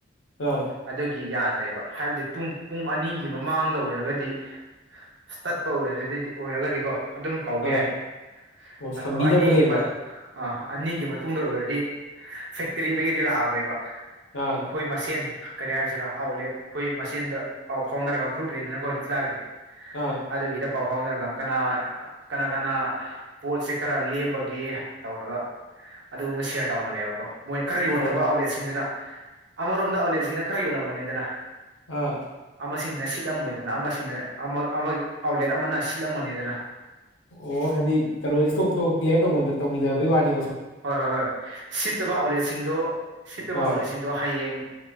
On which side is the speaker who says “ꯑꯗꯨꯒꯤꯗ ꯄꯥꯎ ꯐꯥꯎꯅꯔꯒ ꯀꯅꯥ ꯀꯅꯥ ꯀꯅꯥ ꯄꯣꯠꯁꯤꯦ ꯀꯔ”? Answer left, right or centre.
Right